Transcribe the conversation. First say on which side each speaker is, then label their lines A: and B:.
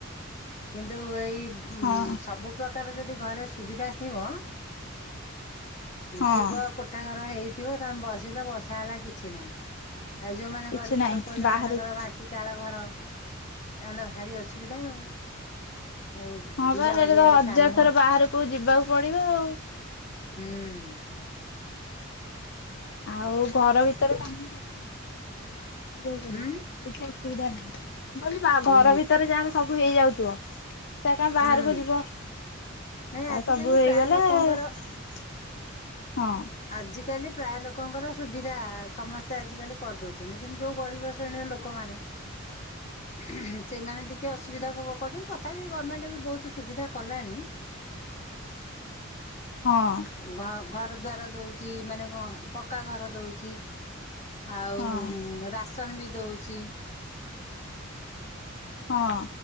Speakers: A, on the left; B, on the left.
A: କିନ୍ତୁ ଏଇ ଉଁ
B: ହଁ
A: ସବୁ ପ୍ରକାର ଯଦି ଘରେ ସୁବିଧା ଥିବ
B: ହଁ
A: ଥିବ କୋ କୋଠା ଘର ହେଇଥିବ ତମେ ବସିଲ ବର୍ଷା ହେଲା କିଛି ନାହିଁ। ଆଉ ଯୋଉମାନେ
B: କିଛି
A: ଗରିବ
B: ନାହିଁ
A: ଲୋକ ଯୋଉମାନଙ୍କର
B: ବାହାରକୁ
A: ମାଟ୍ ଚାଳଘର ଏମାନେ ଭାରି ଅସୁବିଧା ଆଉ। ଯୋଉ
B: ହଁ
A: ବିଲ
B: ପା
A: ବାଡିଆଡେ
B: ଏତେତ ହଯାର୍
A: କାମ
B: ଥର ବାହାରକୁ ଯିବାକୁ ପଡ଼ିବ ଆଉ।
A: ହୁଁ।
B: ଆଉ ଘର ଭିତରେ କାମ ସବୁ ଯିବାକୁ ପଡ଼ିବ
A: ହୁଁ
B: କିଛି ଅସୁବିଧା ନାହିଁ ମୁଁ କହିଲି
A: ହୁଁ
B: ଘର ଭିତରେ ଯାହାର ସବୁ ହେଇଯାଉଥିବ। ସେ ଆଉ କାଇଁ ବାହାରକୁ
A: ହୁଁ।
B: ଯିବ
A: ନାଇଁ ଆଜିକାଲି
B: ସବୁ ହେଇଗଲା।
A: ପ୍ରାୟ ଲୋକଙ୍କର
B: ହଁ।
A: ଆଜିକାଲି ପ୍ରାୟ ଲୋକଙ୍କର ସୁବିଧା ସମସ୍ତେ ଆଜିକାଲି କରିଦଉଛନ୍ତି କିନ୍ତୁ ଯୋଉ ଗରିବ ଶ୍ରେଣୀର ଲୋକମାନେ। ସେଇମାନେ ଟି କେ ଅସୁବିଧା ଭୋଗ କରୁଛନ୍ତି ତଥାପି ଗଭର୍ଣ୍ଣମେଣ୍ଟ ଏବେ ବୋହୁତ୍ ସୁବିଧା କଲାଣି।
B: ହଁ
A: ଘ ଘର ଦ୍ବାର ଦୋଉଚି ମାନେ କଣ ପକ୍କା ଘର ଦୋଉଚି। ଆଉ
B: ହଁ
A: ରାସନ ବି ଦଉଚି।
B: ହଁ।